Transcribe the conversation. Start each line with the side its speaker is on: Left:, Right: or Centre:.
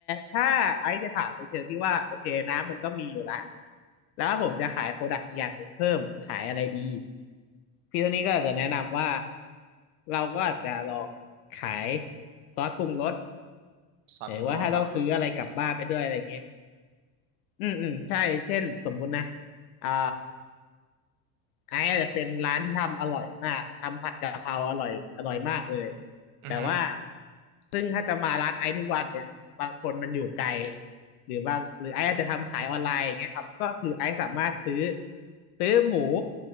Left: ถ้าไอซ์จะถามในเชิงที่ว่าโอเคน้ำมันต้องมีอยู่ละแล้วผมจะขายโปรดักต์อีกอย่างหนึ่งเพิ่มขายอะไรดีพี่โทนี่ก็อาจจะแนะนำว่าเราก็อาจจะลองขายซอสปรุงรส
Right: ซอสปรุงรสเหรอ
Left: หรือว่าถ้าต้องซื้ออะไรกลับบ้านไปด้วยอะไรเงี้ยอืมอืมใช่เช่นสมมุตินะอ่า ไอ้อาจจะเป็นร้านที่ทำอร่อยมากทำผัดกะเพราอร่อยอร่อยมากเลย
Right: อือฮึ
Left: แต่ว่าซึ่งถ้าจะมาร้านไอ้ทุกวันเนี่ยบางคนมันอยู่ไกลหรือว่าหรือไอ้อาจจะทำขายออนไลน์อย่างเงี้ยครับก็คือไอ้สามารถซื้อซื้อหมู